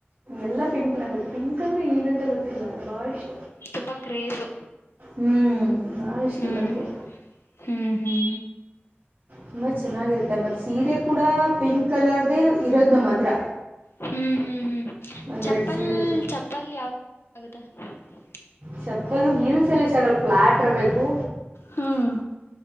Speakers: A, on the right; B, on the left.
A: ಎಲ್ಲಾ ಪಿಂಕ್ ನಂಗ ಪಿಂಕ್ ಅಂದ್ರೆ ಏನಂತ ಗೊತ್ತಿಲ್ಲ ಬಾಳ ಇಷ್ಟ.
B: ತುಂಬಾ ಕ್ರೇಜು
A: ಹ್ಞೂ ಭಾಳ ಇಷ್ಟ
B: ಹ್ಮ್
A: ನಮಗೆ
B: ಹ್ಮ್ ಹ್ಮ್.
A: ತುಂಬಾ ಚೆನ್ನಾಗಿರುತ್ತೆ ಮತ್ತ್ ಸೀರೆ ಕೂಡ ಪಿಂಕ್ ಕಲರ್ದ ಇರೋದ್ ನಮ್ಮ ಹತ್ರ.
B: ಹ್ಮ್ ಹ್ಮ್ ಹ್ಮ್
A: ಒಂದೆರಡು
B: ಚಪ್ಪಲ್
A: ಸೀರೆದು
B: ಚಪ್ಪಲ್ ಯಾವ <unintelligible>
A: ಚಪ್ಪಲು ಹಿಲ್ಸ್ ಎಲ್ಲ ಇಷ್ಟ ಆಗಲ್ಲ. ಫ್ಲಾಟ್ ಇರ್ಬೇಕು.
B: ಹ್ಮ್